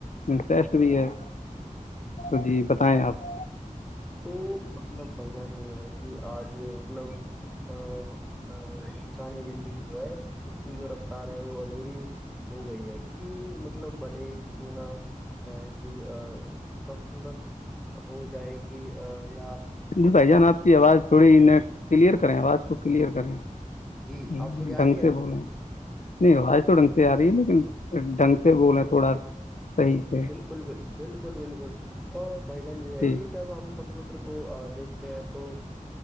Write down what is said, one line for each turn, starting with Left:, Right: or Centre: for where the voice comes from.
Left: انٹرسٹ بھی ہے تو جی بتائیں آپ
Centre: تو مطلب بھائی جان یہ ہے کہ آج مطلب ا انسانی زندگی جو ہے اس کی جو رفتار ہے وہ ادھوری ہو گئی ہے کہ مطلب بھلے کیوں نہ ہے کہ سفل ہو جائے گی <inaudible>
Left: جی بھائی جان آپ کی آواز تھوڑی ن کلیئر کریں آواز کو کلیئر کریں
Centre: جی
Left: ڈھنگ
Centre: آپ صیح آ رہی
Left: سے
Centre: ہے
Left: بولیں نہیں آوج تو ڈھنگ سے آ رہی ہے لیکن ڈھنگ سے بولے تھوڑا صحیح سے
Centre: بالکل ب بالکل بالکل اور بھائی جان یہ ہے
Left: جی
Centre: کہ تب ہم کمپیوٹر کو دیکھتے ہیں تو